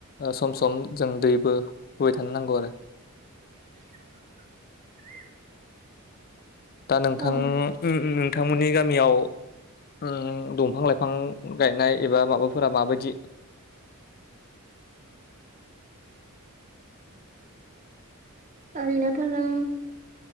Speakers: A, on the left (about 45°); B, on the right (about 35°).
A: ओ सम सम जों दैबो होबाय थानो नांगौ आरो।
B: <inaudible>
A: दा नोंथां
B: औ
A: उम उम नोंथांमोननि गामियाव उम दंफां लाइफां गायनाय एबा माबाफोरा माबायदि <inaudible>
B: आरैनोथ' जों